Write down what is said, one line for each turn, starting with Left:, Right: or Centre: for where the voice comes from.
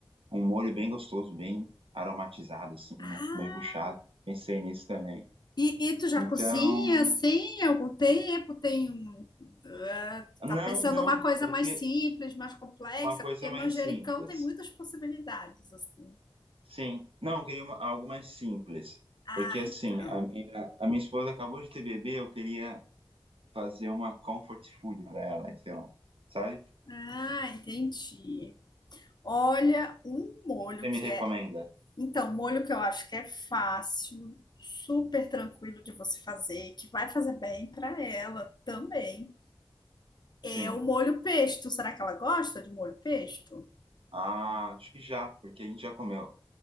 Right: um molho bem gostoso, bem aromatizado, assim, né?
Left: Ah,
Right: Bem puxado. Pensei nisso também.
Left: e, e tu já
Right: Então,
Left: cozinha, sim, há algum tempo? Tem um, ah,
Right: não,
Left: tá pensando
Right: não,
Left: uma coisa
Right: eu
Left: mais
Right: queria
Left: simples, mais complexa,
Right: uma coisa
Left: porque
Right: mais
Left: manjericão
Right: simples.
Left: tem muitas possibilidades, assim.
Right: Sim, não, eu queria uma- algo mais simples.
Left: Ah,
Right: Porque, assim,
Left: então.
Right: a minha, a minha esposa acabou de ter bebê, eu queria fazer uma comfort food para ela, sei lá. Sabe? O
Left: Ah, entendi. Olha, um molho
Right: que você me
Left: que
Right: recomenda?
Left: é Então, molho que eu acho que é fácil, super tranquilo de você fazer, que vai fazer bem para ela também.
Right: Sim.
Left: É o molho pesto. Será que ela gosta de molho pesto?
Right: Ah, acho que já, porque a gente já comeu.